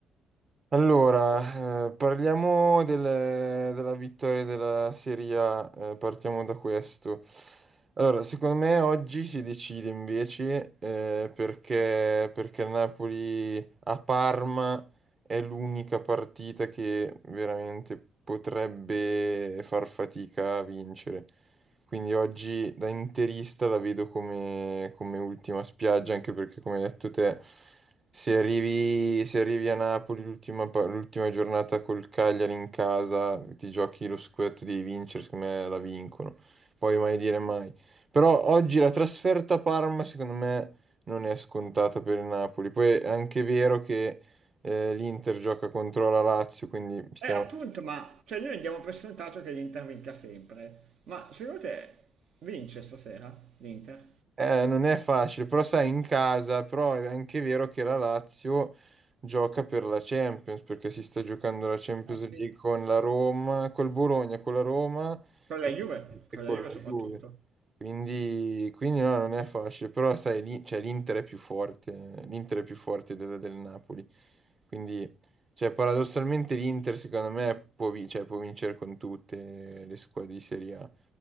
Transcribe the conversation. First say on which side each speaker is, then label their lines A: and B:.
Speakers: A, on the right (about 35°); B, on the right (about 70°).
A: Allora, eh, parliamo delle- della vittoria della Serie A, eh, partiamo da questo. Allora, secondo me oggi si decide invece eh, perché, perché il Napoli a Parma è l'unica partita che veramente potrebbe far fatica a vincere. Quindi oggi da interista la vedo come, come ultima spiaggia, anche perché come hai detto te... Se arrivi, se arrivi a Napoli l'ultima pa- l'ultima giornata col Cagliari in casa, ti giochi lo scudetto, devi vincere, secondo me la vincono. Poi mai dire mai. Però oggi la trasferta a Parma, secondo me, non è scontata per il Napoli. Poi è anche vero che eh, l'Inter gioca contro la Lazio, quindi stiamo
B: Eh, appunto, ma cioè noi diamo per scontato che l'Inter vinca sempre. Ma secondo te vince stasera l'Inter?
A: Eh, non è facile, però sai, in casa, però è anche vero che la Lazio gioca per la Champions, perché si sta giocando la Champions
B: Eh sì.
A: League con la Roma, col Bologna, con la Roma
B: Con la
A: e,
B: Juve?
A: e
B: Con
A: con
B: la Juve
A: la
B: soprattutto.
A: Juve. Quindi, quindi no, non è facile, però sai, lì, cioè, l'Inter è più forte, l'Inter è più forte del, del Napoli. Quindi, cioè, paradossalmente l'Inter, secondo me, può, vi- cioè, può vincere con tutte le squadre di Serie A.